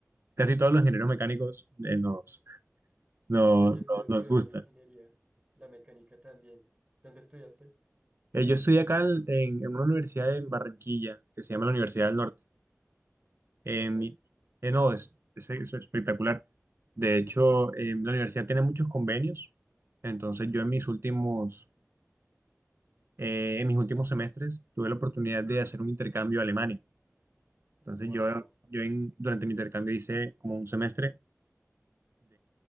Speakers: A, on the right; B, on the right.
A: Casi todos los
B: Sí.
A: ingenieros mecánicos eh, nos, nos,
B: Sí, yo estoy
A: nos
B: estudiando
A: nos gusta.
B: la ingeniería, la mecánica también. ¿Dónde estudiaste?
A: Eh, yo estudié acá en, en- en una universidad en Barranquilla, que se llama la Universidad del Norte.
B: ¿Y
A: Eh,
B: qué tal?
A: mi- eh, no, es, es- es espectacular. De hecho, eh, la universidad tiene muchos convenios. Entonces, yo en mis últimos, eh, en mis últimos semestres tuve la oportunidad de hacer un intercambio a Alemania. Entonces,
B: Wow,
A: yo, yo en- durante mi intercambio hice como un semestre